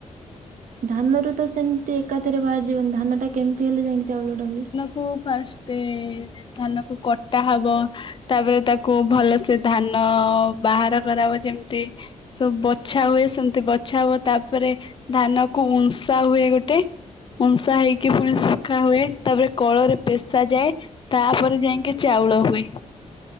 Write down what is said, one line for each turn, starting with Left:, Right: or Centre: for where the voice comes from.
Right: ଧାନରୁ ତ ସେମତି ଏକାଥରେ ବାହାରିଯିବନି ଧାନଟା କେମତି ହେଲେ ଯାଇକି ଚାଉଳଟା ହୁଏ?
Left: ଖୁବ ଫାଷ୍ଟେ ଧାନକୁ କଟା ହବ ତାପରେ ତାକୁ ଭଲସେ ଧାନ ବାହାର କରାହବ ଯେମତି ସବୁ ବଛା ହୁଏ ସେମତି ବଛା ହବ ତାପରେ ଧାନକୁ ଉଂସା ହୁଏ ଗୋଟେ ଉଂସା ହେଇକି ପୁଣି ସୁଖା ହୁଏ। ତାପରେ କଳରେ ପେଶା ଯାଏ ତାପରେ ଯାଇଁକି ଚାଉଳ ହୁଏ।